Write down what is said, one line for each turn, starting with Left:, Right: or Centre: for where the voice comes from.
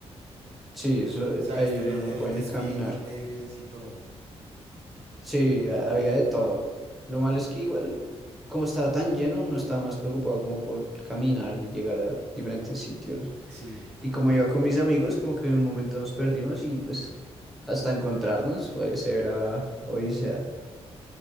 Centre: Sí, eso,
Right: O sea,
Centre: ahí
Right: viste,
Centre: uno
Right: de,
Centre: no
Right: de-
Centre: puede
Right: desfiles
Centre: ni caminar.
Right: y todo.
Centre: Sí, ha- había de todo. Lo malo es que igual, como estaba tan lleno, uno estaba más preocupado como por caminar y llegar a diferentes sitios.
Right: Sí.
Centre: Y como iba con mis amigos, como que en un momento nos perdimos y pues hasta encontrarnos fue severa odisea.